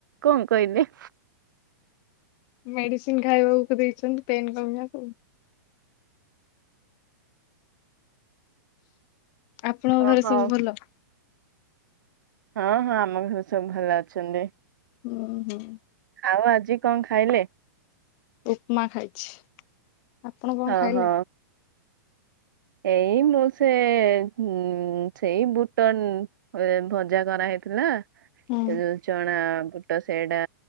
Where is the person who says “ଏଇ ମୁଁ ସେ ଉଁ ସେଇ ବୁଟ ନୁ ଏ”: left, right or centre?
Right